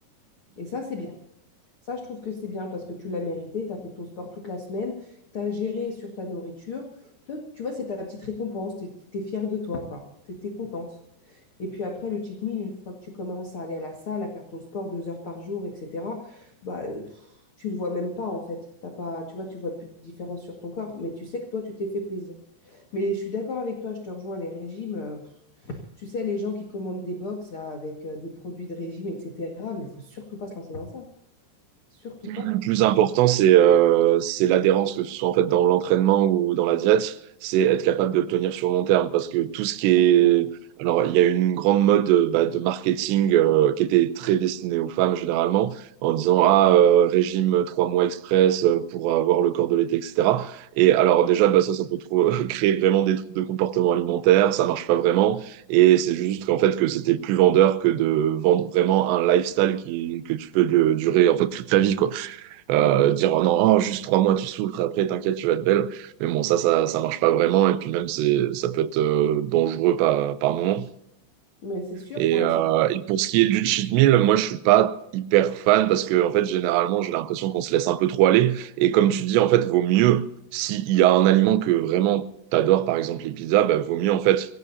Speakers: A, on the left; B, on the right.
A: Et ça, c'est bien. Ça, je trouve que c'est bien parce que tu l'as mérité, tu as fait ton sport toute la semaine, tu as géré sur ta nourriture. Toi, tu vois, c'est ta petite récompense, tu es, fière de toi, quoi. Tu es, contente. Et puis après, le cheat meal, une fois que tu commences à aller à la salle, à faire ton sport deux heures par jour, etc., bah, pff, tu le vois même pas, en fait. T'as pas, tu vois, tu vois plus de différence sur ton corps, mais tu sais que toi, tu t'es fait plaisir. Mais je suis d'accord avec toi, je te rejoins, les régimes, euh, pff, tu sais, les gens qui commandent des box là avec euh, des produits de régime, etc. Mais il faut surtout pas se lancer dans ça. Surtout pas.
B: le plus important, c'est euh, c'est l'adhérence, que ce soit en fait dans l'entraînement ou dans la diète, c'est être capable de le tenir sur le long terme. Parce que tout ce qui est.
A: Exactement.
B: Alors, il y a une grande mode euh, bah, de marketing euh, qui était très destinée aux femmes généralement, en disant Ah, euh, régime trois mois express euh, pour avoir le corps de l'été, etc. Et alors, déjà, bah, ça, ça peut trop- <laughs> créer vraiment des troubles de comportement alimentaire, ça marche pas vraiment. Et c'est juste qu'en fait, que c'était plus vendeur que de vendre vraiment un lifestyle qui, que tu peux euh, durer en fait toute ta vie, quoi euh,
A: Exact-
B: dire oh non, oh, juste trois mois tu souffres, après t'inquiète, tu vas être belle. Mais bon, ça, ça, ça marche pas vraiment. Et puis même, c'est, ça peut être euh, dangereux par, par moment.
A: Mais c'est sûr
B: Et,
A: pour la
B: euh,
A: santé.
B: et pour ce qui est du cheat meal, moi je suis pas hyper fan parce que en fait généralement j'ai l'impression qu'on se laisse un peu trop aller. Et comme tu dis, en fait, vaut mieux s'il y a un aliment que vraiment t'adores, par exemple les pizzas, bah, vaut mieux en fait